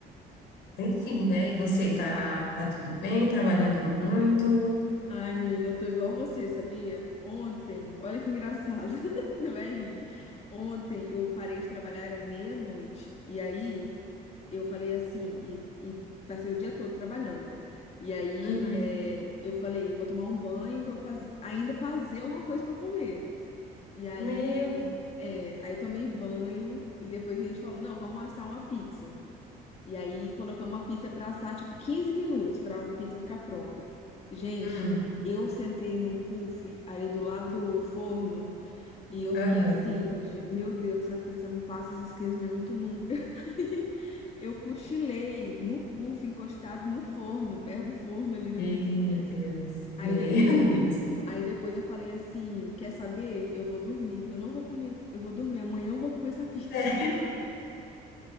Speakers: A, on the left; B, on the left.
A: Enfim, né? E você tá, tá tudo bem, trabalhando muito?
B: Ai, menina, eu tô igual você, sabia? Ontem, olha que engraçado, <laughs> você vai rir. Ontem eu parei de trabalhar, era meia-noite. E aí eu falei assim, e, e passei o dia todo trabalhando, né? E aí
A: Uhum.
B: é, eu falei, vou tomar um banho, vou fazer, ainda fazer uma coisa pra comer. E aí,
A: Meu,
B: é, aí tomei banho e depois a gente falou, não, vamos assar uma pizza. E aí colocamos a pizza pra assar, tipo, 15 minutos pra a pizza ficar pronta. Gente,
A: hum,
B: eu sentei num puff ali do lado do forno e eu
A: aham.
B: fiquei assim, "Ge- meu Deus, essa pizza não passa esses 15 minutos nunca. <laughs> Aí eu cochilei no puff, encostado no forno, perto do forno ali na
A: Meu
B: cozinha.
A: Deus,
B: Aí
A: meu
B: depois eu
A: <laughs> Deus.
B: Aí depois eu falei assim, quer saber? Eu vou dormir. Eu não vou comer. Eu vou dormir. Amanhã eu vou comer essa pizza.
A: É.